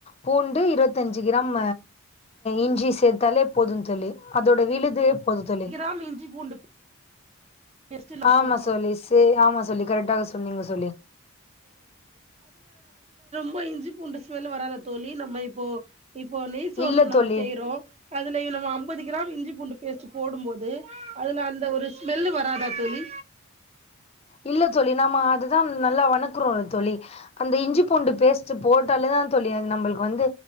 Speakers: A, on the left; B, on the right.
A: பூண்டு இருபத்தஞ்சு கிராம் இஞ்சி சேத்தாலே போது தோழி அதோட விழுது போது தோழி
B: ம் இஞ்சிபூண்டு பேஸ்ட்டு இதுல
A: ஆமா
B: போடணுமா
A: தோழி சே ஆமா சொலி கரெக்டாக சொன்னீங்க சொலி
B: இப்ப இஞ்சிபுண்டு ஸ்மெல் வராதா தோழி நம்ம இப் இப்போ இப்போ நெய்சோறு
A: இல்ல
B: நம்ம
A: தோழி
B: செய்யறோ அதுலயே நம்ம அம்பது கிராம் இஞ்சி பூண்டு பேஸ்ட்டு போடுபோது அதுல அந்த ஒரு ஸ்மெல்லு வராதா தோழி
A: இல்ல தோழி நாம அதுதா நல்லா வணக்குறோல தோழி அந்த இஞ்சிபூண்டு பேஸ்ட் போ ட்டாலே தா தோழி நம்மளுக்கு வந்து